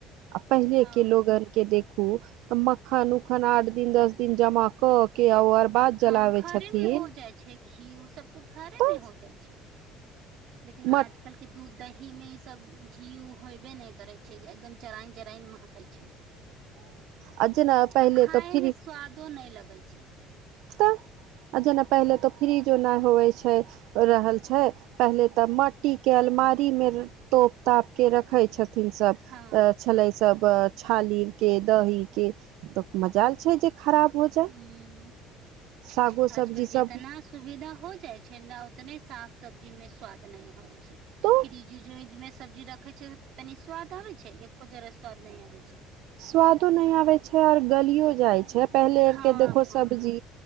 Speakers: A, on the right; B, on the right.
A: आ पहिले
B: हँ
A: के लोगन के देखू तऽ मक्खन उकखन आठ दिन दस दिन जमा क के आ अर बाद
B: हँ
A: जलाबै
B: घरे
A: छथिन
B: मे हो जाइ छै घी ओ सब तऽ घरे
A: तऽ
B: मे हो जाइ छै लेकिन
A: मट
B: आजकलके दूध दही मे ई सब घी होयबे नहि करे छै एकदम जरायन जरायन महकै छै
A: आ जेना पहिले
B: आ खायमे
A: तऽ फ्री
B: स्वादो नहि लगै छै
A: तऽ आ जेना पहिले तो फ्रिजो नहि होवे छै रहल छै पहिले तऽ मट्टी के अल बमारी मे तोप ताप के रखे छथिन सब
B: हँ
A: छले सब छालीर के दही के तऽ मजाल छै जे खराब हो जाय
B: हुँ
A: सागो सब्जी
B: आजकल जितना
A: सब
B: सुविधा हो जाइ छै ने उतने साग सब्जी में स्वाद नहि होइ छै
A: तो
B: फ्रिज व्रिज मे सब्जी रखे छै कनि स्वाद आबे छै एको जरह स्वाद नहि आबे छै
A: स्वादो नहि आबैत छै आओर गलियो जाइ छै पहिले
B: हँ
A: आरके देखो
B: हँ
A: सब्जी